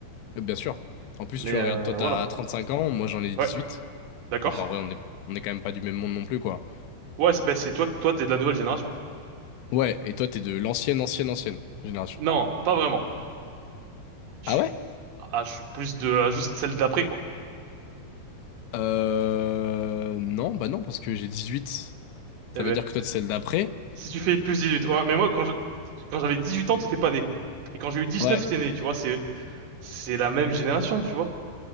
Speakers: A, on the left; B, on the right.
A: Et bien sûr. En plus,
B: Mais
A: tu vois,
B: euh,
A: regarde, toi, t'as
B: voilà.
A: 35 ans, moi j'en ai dix
B: Ouais,
A: huit
B: d'accord.
A: Donc en vrai, on est, on est quand même pas du même monde non plus, quoi.
B: Ouais, c'est, bah, c'est toi, toi, t'es de la nouvelle génération.
A: Ouais, et toi, t'es de l'ancienne, ancienne, ancienne génération.
B: Non, pas vraiment. Je
A: Ah
B: suis,
A: ouais?
B: ah, je suis plus de, ah, juste celle d'après, quoi.
A: Euh... Non, bah non, parce que j'ai dix huit Ça
B: Eh
A: veut
B: ben,
A: dire que toi, t'es celle d'après.
B: Si tu fais plus 18, ouais, mais moi, quand je, quand j'avais 18 ans, t'étais pas né. Et quand j'ai eu dix-neuf,
A: Ouais.
B: t'es né, tu vois, c'est, c'est la même génération, tu vois.